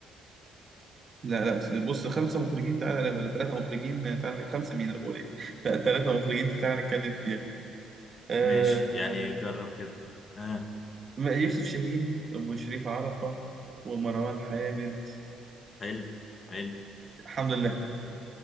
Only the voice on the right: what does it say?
لا لا س- بص خمسة مخرجين تعالى نبقى ثلاثة مخرجين آه، تعالى خمسة مين أنا بقول إيه لا ثلاثة مخرجين دي تعالى نتكلم فيها آه
يوسف شاهين وشريف عرفة ومروان حامد
الحمد لله